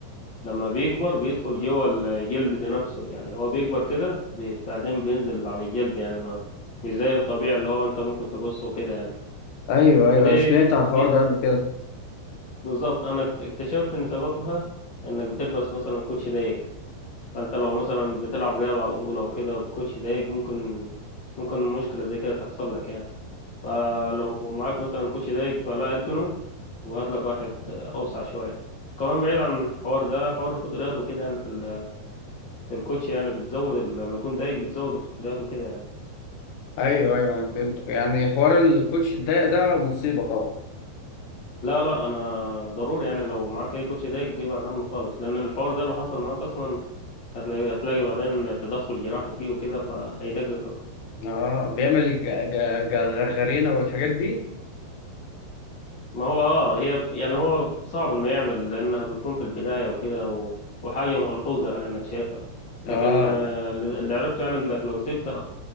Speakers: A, on the left; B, on the left.
A: لما بيكبر بيدخل جوه الجلد نفسه يعني هو بيكبر كده بي- بعدين بينزل على الجلد يعني ما مش زي الطبيعي اللي هو انت ممكن تقصه كده يعني
B: ايوه ايوه
A: فدي
B: سمعت على الحوار
A: دي
B: ده قبل كده
A: بالظبط انا اكت- اكتشفت ان سببها انك بتلبس مثلا كوتشي ضيق فانت لو مثلا بتلعب رياضة على طول او كده بكوتشي ضيق ممكن ممكن مشكلة زي كده تحصل لك يعني فلو معاك مثلا كوتشي ضيق فلا اركنه وهات لك واحد اوسع شوية كمان بعيد عن الحوار ده حوار الفطريات وكده يعني في الكوتش يعني بتزود ال- لما يكون دايج بتزود الفطريات وكده يعني
B: ايوه ايوه انا فهمت يعني حوار الكوتش الضيق ده مصيبه طبعا
A: لا لا انا ضروري يعني لو معاك اي كوتش دايج ابعد عنه خالص لان الحوار ده لو حصل معاك اصلا هتلاقي هتلاقي بعدين تدخل جراحي فيه وكده فهيدقق اكتر
B: اه بيعمل ج- ج- ج- غرغرينه والحاجات دي
A: ما هو اه هي يعني هو صعب انه يعمل لانها بتكون في البداية وكده و... وحاجة ملحوظة يعني انك شايفها
B: اه
A: لكن آه، اللي عرفته يعني انك لو سبتها